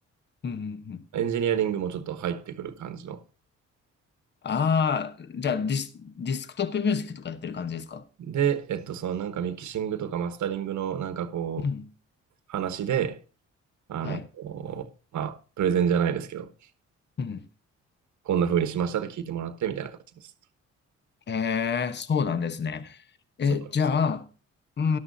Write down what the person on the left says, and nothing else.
うんうん。
ああ、じゃあディス、ディスクトップミュージックとかやってる感じですか
うん。
はい。
うん。
へえ、そうなんですね。え、
じゃあ、うー